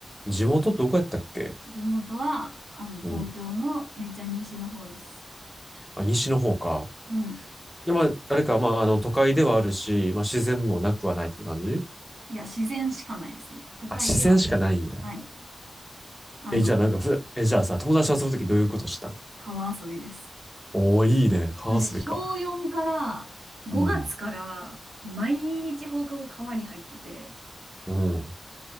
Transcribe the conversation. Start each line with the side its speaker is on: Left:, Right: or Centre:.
Centre: 地元どこやったっけ
Right: 地元は、あの、東京のめっちゃ西の方です。
Centre: うん。あ、西の方か。
Right: うん。
Centre: で、まあ、あれか、まあ、あの、都会ではあるし、まあ、自然もなくはないって感じ
Right: いや、自然しかないですね。都会ではね。
Centre: あ、自然しかないんや。
Right: はい。あの、
Centre: え、じゃあなんかふ、え、じゃあさ、友達と遊ぶときどういうことした
Right: 川遊びです。
Centre: おー、いいね。川遊びか。
Right: 私、小4から、5月から、
Centre: うん。
Right: 毎日放課後川に入ってて、
Centre: うん。